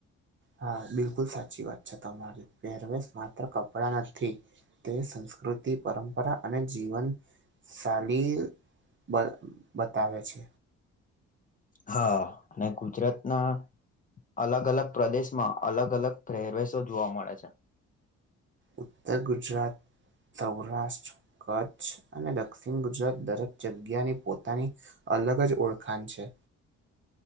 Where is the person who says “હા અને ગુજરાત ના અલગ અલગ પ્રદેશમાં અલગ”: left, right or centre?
Left